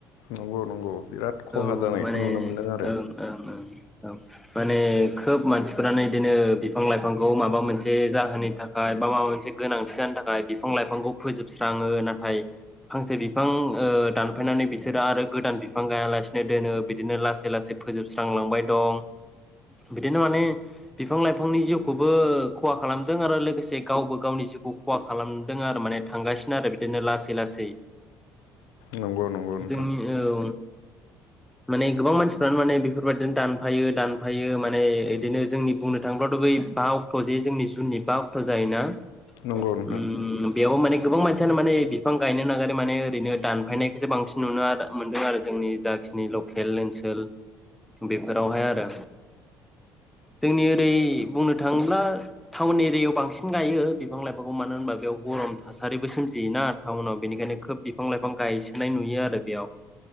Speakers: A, on the left (about 85°); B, in the centre.
A: नंगौ नंगौ बिराद खहा
B: औ
A: जानायखौ
B: माने
A: नुनो मोनदों आरो
B: ओं ओं ओं औ माने खोब मानसिफोरानो बिदिनो बिफां लाइफांखौ माबा मोनसे जाहोननि थाखाय बा माबा मोनसे गोनांथि जानो थाखाय बिफां लाइफांखौ फोजोबस्राङो। नाथाय फांसे बिफां ओ दानफायनानै बिसोरो आरो गोदान बिफां गायालासिनो दोनो बिदिनो लासै लासै फोजोबस्रांलांबाय दं। बिदिनो माने बिफां लाइफांनि जिउखौबो खहा खालामदों आरो लोगोसे गावबो गावनि जिउखौ खहा खालामदों आरो माने थांगासिनो आरो बिदिनो लासै लासै।
A: नंगौ नंगौ नोंथां
B: जोंनि औ माने गोबां मानसिफ्रानो माने बेफोरबायदिनो दानफायो दानफायो माने इदिनो जोंनि बुंनो थाङोबथ' बै बा अक्ट जे जोंनि जुननि बा अक्ट जायोना
A: नंगौ
B: उम
A: नोंथां
B: बेयाव माने गोबां मानसियानो माने बिफां गायनो नागिरै माने ओरैनो दानफायनायखौसो बांसिन नुनो आर मोनदों आरो जोंनि जाखिनि लकेल ओनसोल बेफोरावहाय आरो जोंनि ओरै बुंनो थाङोब्ला टाउन एरियायाव बांसिन गायो बिफां लाइफांखौ मानो होनबा बेयाव गरम थासारिबो सोमजियोना टाउनाव बेनिखायनो खोब बे बिफां लाइफां गायसोनाय नुयो आरो बेयाव